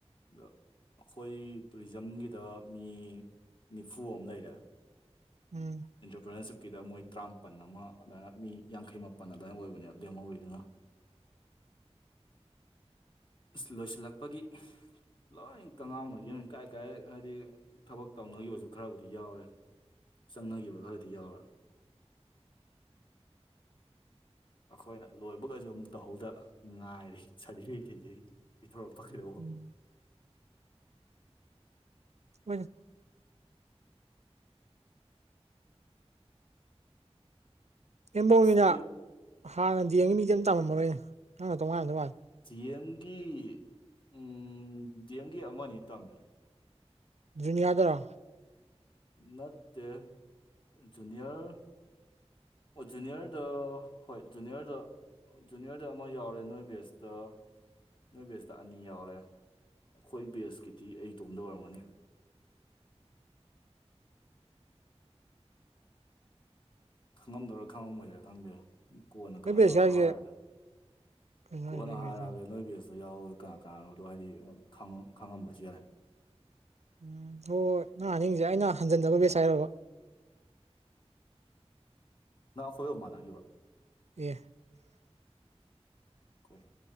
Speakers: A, on the left; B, on the right.
A: ꯑꯗꯣ ꯑꯩꯈꯣꯏ ꯇꯨꯔꯤꯖꯝꯒꯤꯗ ꯃꯤ ꯅꯤꯐꯨ ꯑꯃ ꯂꯩꯔꯦ꯫
B: ꯎꯝ
A: ꯑꯦꯟꯇꯔꯄ꯭ꯔꯤꯅꯔꯁꯤꯞꯀꯤꯗ ꯃꯣꯏ ꯇꯔꯥꯃꯥꯄꯟ ꯑꯃ ꯑꯗꯨꯃꯥꯏꯅ ꯃꯤ ꯌꯥꯡꯈꯩ ꯃꯥꯄꯟ ꯑꯗꯨꯃꯥꯏꯅ ꯑꯣꯏꯕꯅꯦ ꯂꯦꯝꯍꯧꯔꯤꯗꯨꯅ꯫ ꯑꯁ ꯂꯣꯏꯁꯤꯜꯂꯛꯄꯒꯤ ꯂꯣꯏ ꯀꯉꯥꯎꯅꯈꯤꯕ ꯀꯥꯏ ꯀꯥꯏ ꯍꯥꯏꯗꯤ ꯊꯕꯛ ꯇꯧꯅꯒꯤ ꯑꯣꯏꯁꯨ ꯈꯔꯕꯨꯗꯤ ꯌꯥꯎꯔꯦ꯫ ꯆꯪꯅꯈꯤꯕ ꯈꯔꯗꯤ ꯌꯥꯎꯔꯦ꯫ ꯑꯩꯈꯣꯏꯅ ꯂꯣꯏꯕꯒꯩꯁꯨ ꯑꯃꯨꯛ ꯇꯧꯍꯧꯗ ꯉꯥꯏꯔꯤ ꯁꯥꯔꯇꯤꯐꯤꯀꯦꯠ ꯀꯩꯀꯩꯩꯗꯤ ꯄꯤꯊꯣꯔꯛꯄ ꯀꯩꯗꯧꯕ꯫
B: ꯎꯝ ꯍꯣꯏꯅꯦ ꯀ‌ꯦꯝꯕꯣꯅꯤꯅ
A: ꯑꯁ ꯇꯨꯌꯦꯜꯞ
B: ꯍꯥꯟꯅ ꯗ‌ꯦꯝ ꯒꯤ ꯃꯤꯗꯤ ꯑꯃꯇ ꯇꯝꯃꯝꯃꯔꯣꯏꯅꯦ ꯅꯪ ꯅꯇꯣꯝꯉꯥꯏꯔꯝ ꯗ‌ꯣꯏ ꯃꯥꯂ‌ꯦ
A: ꯗ‌ꯦꯝ ꯒꯤ ꯑꯝ ꯗ‌ꯦꯝꯒꯤ ꯑꯃ ꯑꯅꯤ ꯇꯝꯃꯦ
B: ꯗꯨꯅꯤꯌꯥꯗꯔ
A: ꯅꯠꯇꯦ ꯖꯨꯅꯤꯌꯔ ꯑꯣ ꯖꯨꯅꯤꯌꯔꯗ ꯍꯣꯏ ꯖꯨꯅꯤꯌꯔꯗ ꯖꯨꯅꯤꯌꯔꯗ ꯑꯃ ꯌꯥꯎꯔꯦ ꯅꯣꯏ ꯕꯦꯁꯇ ꯅꯣꯏ ꯕꯦꯁꯇ ꯑꯅꯤ ꯌꯥꯎꯔꯦ ꯑꯩꯈꯣꯏ ꯕꯦꯁꯀꯤꯗꯤ ꯑꯩ ꯏꯇꯣꯝꯗ ꯑꯣꯏꯔꯝꯒꯅꯤ ꯈꯪꯉꯝꯗꯣꯏꯔꯥ ꯈꯉꯝꯃꯣꯏꯗ‌ꯣꯔꯥ ꯈꯪꯗ‌ꯦ ꯀꯣꯟꯅ
B: ꯅꯣꯏ
A: ꯀꯩꯅꯣ
B: ꯕꯦꯁ
A: ꯇꯧꯔꯒ
B: ꯍꯥꯏꯁꯦ
A: ꯍꯥꯏꯔꯒꯦ
B: ꯀꯩꯅꯣ
A: ꯀꯣꯟꯅ
B: ꯍꯥꯏꯁꯦ ꯑꯩ
A: ꯍꯥꯏꯔꯛꯑꯒꯦ
B: ꯕꯦꯁ ꯍꯥꯏꯁꯦ
A: ꯅꯣꯏ ꯕꯦꯁꯇꯨ ꯌꯥꯎ ꯀꯅꯥ ꯀꯅꯥ ꯅꯣꯗꯣ ꯍꯥꯏꯗꯤ ꯈꯪ ꯈꯪꯉꯝꯕꯁꯨ ꯌꯥꯏ
B: ꯎꯝ ꯍꯣꯏ ꯍꯣꯏ ꯅꯪ ꯍꯥꯅꯤꯡꯁꯦ ꯑꯩꯅ ꯍꯟꯖꯟꯗꯕꯒꯦꯁ ꯍꯥꯏꯔꯕ
A: ꯅꯪ ꯑꯩꯈꯣꯏꯒ ꯃꯥꯟꯅꯒꯤꯕ꯭ꯔꯣ
B: ꯑꯦ
A: ꯀꯩ